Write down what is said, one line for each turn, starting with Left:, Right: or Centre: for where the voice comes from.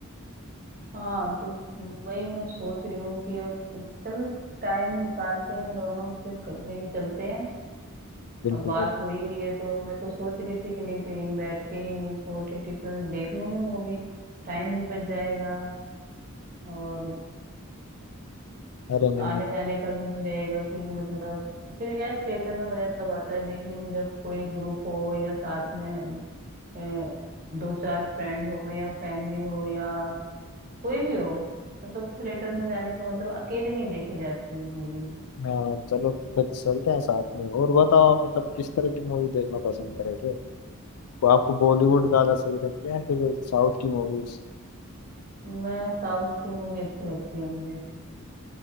Right: हाँ तो वही मैं सोच रही हूँ कि अब चल टाइम निकालते हैं दोनों फिर क- कहीं चलते हैं
Left: बिल्कुल
Right: अब बात
Left: भी।
Right: हो ही रही है तो मैं तो सोच रही थी कि नहीं तो यहीं बैठ के ही ओटीटी पे देख लूंगी मूवी टाइम भी बच जाएगा और
Left: अरे नहीं
Right: आने
Left: नहीं।
Right: जाने का भी नहीं रहेगा कि मतलब फिर यार थिएटर में मजा तब आता है देखने में जब कोई ग्रुप हो या साथ में अ, दो चार फ्रेंड हो या फैमिली हो या कोई भी हो मतलब थिएटर में जाने का मतलब अकेले नहीं देखी जाती है मूवी
Left: हाँ चलो फिर चलते हैं साथ में और बताओ आप मतलब किस तरह की मूवी देखना पसंद करोगे तो आपको बॉलीवुड ज्यादा सही लगती है या फिर साउथ की मूवीज
Right: मैं साउथ की मूवी अच्छी लगती है मुझे